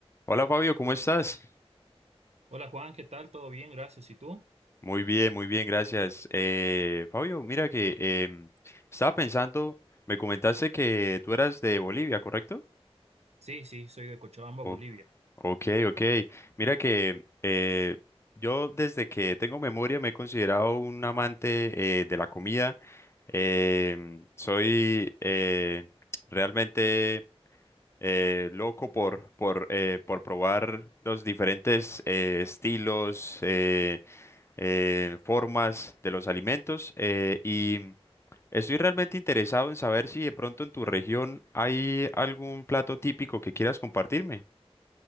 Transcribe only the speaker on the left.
Hola Fabio, ¿cómo estás?
Muy bien, muy bien, gracias. Eh, Fabio, mira que em, estaba pensando, me comentaste que tú eras de Bolivia, ¿correcto?
O-
ok, ok. Mira que eh, yo desde que tengo memoria me he considerado un amante eh, de la comida. Em, soy eh, realmente eh, loco por, por, eh, por probar los diferentes eh, estilos. eh, eh, formas de los alimentos eh, y estoy realmente interesado en saber si de pronto en tu región hay algún plato típico que quieras compartirme.